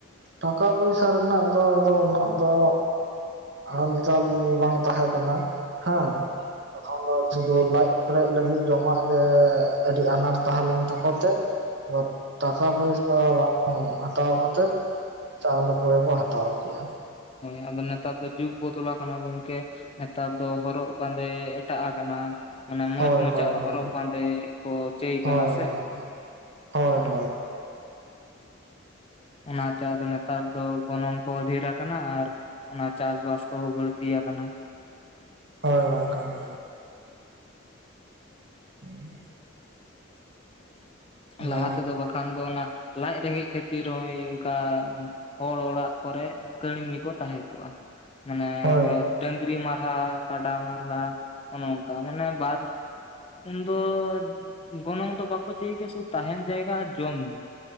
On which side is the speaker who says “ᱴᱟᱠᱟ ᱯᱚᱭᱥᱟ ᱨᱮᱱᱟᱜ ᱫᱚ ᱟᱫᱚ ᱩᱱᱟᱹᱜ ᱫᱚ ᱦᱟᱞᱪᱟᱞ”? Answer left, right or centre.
Right